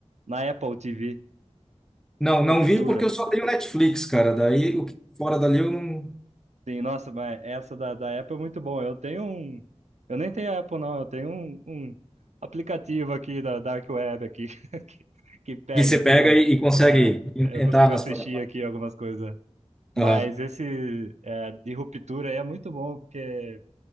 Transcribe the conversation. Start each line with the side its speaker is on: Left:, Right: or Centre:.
Right: na Apple TV,
Centre: não, não
Right: Ruptura.
Centre: vi porque eu só tenho Netflix, cara. Daí o que fora dali eu não.
Right: Sim, nossa, mas essa da, da Apple é muito bom. Eu tenho um. Eu nem tenho Apple, não. Eu tenho um, um aplicativo aqui da Dark Web aqui <laughs> que, que pega
Centre: E você pega
Right: tudo.
Centre: e, e consegue
Right: É,
Centre: en-
Right: eu consigo
Centre: entrar nas
Right: assistir
Centre: plataformas.
Right: aqui algumas coisas. Mas
Centre: Aham.
Right: esse é, de ruptura aí é muito bom, porque